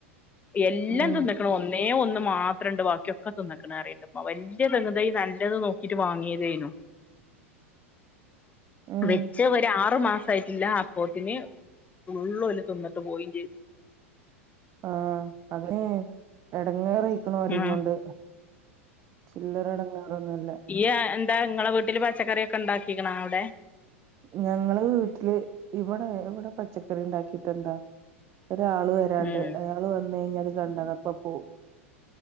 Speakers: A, on the left; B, on the right.
A: എല്ലാം
B: ഉം
A: തിന്ന് ഒന്നേ ഒന്ന് മാത്രണ്ട് ബാക്കിയൊക്കെ തിന്നക്കണ അറിയ വല്യ തെങ്ങ്തയി നല്ലത് നോക്കിട്ട് വാങ്ങിയതേനു
B: ഉം
A: വെച്ച് ഒരു ആറു മാസയിട്ടില്ല അപ്പോത്തിന് ഫുള്ളൂ ഓല് തിന്നിട്ട് പോയിം ചെയ്ത്
B: ആഹ അതന്നെ എടങ്ങേറയിക്കണ് അതീം
A: ഉം
B: കൊണ്ട് ചില്ലറ എടങ്ങാറൊന്നുല്ല
A: ഈ എന്താ ഇങ്ങളെ വീട്ടില് പച്ചക്കറി ഒക്കെ ണ്ടാക്കിക്കണോ ഔടെ
B: ഞങ്ങള് വീട്ടില് ഇവടെ ഇവടെ പച്ചക്കറി ണ്ടാക്കിട്ട് എന്താ ഒരാള് വരാണ്ട്
A: ഉം
B: അത് വന്ന് കഴിഞ്ഞ അത് കണ്ടതെക്കേ പോവും